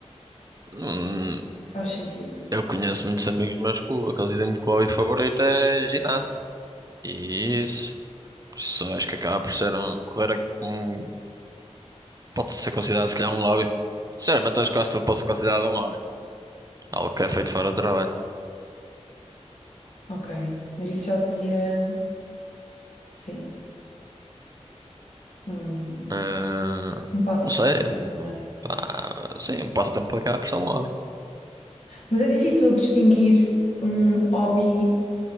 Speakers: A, on the right; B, on the left.
A: Hum,
B: se faz sentido.
A: eu conheço muitos amigos meus que o- aqueles dizem-me que o hobby favorito é ginásio. E isso, isso acho que acaba por ser um, correr a- um- pode ser considerado se calhar um hobby. Sinceramente, acho que quase tudo pode ser considerado um hobby. Algo que é feito fora do trabalho.
B: Ok, mas isso já seria, sim, um,
A: Ah,
B: um passatempo.
A: não sei, hum,
B: não é?
A: pá, sim, um passatempo acaba por ser um hobby.
B: Mas é difícil distinguir um hobby